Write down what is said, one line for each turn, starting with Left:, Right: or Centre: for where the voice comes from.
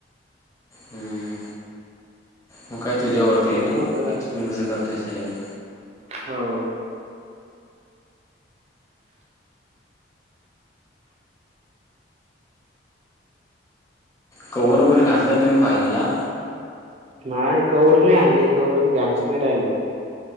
Left: हं, हं. मग काय तुझ्यावरती
Right: बुक
Left: तू
Right: मधलं काय
Left: एक्सप्लेन
Right: नाही.
Left: कसं करतोस त्याच्यावरच.
Right: हो
Left: कवर्हवर वगैरे घातलांय तुम्ही फाईलला.
Right: नाही कवर्हवर नाही आणली <unintelligible> राहिल.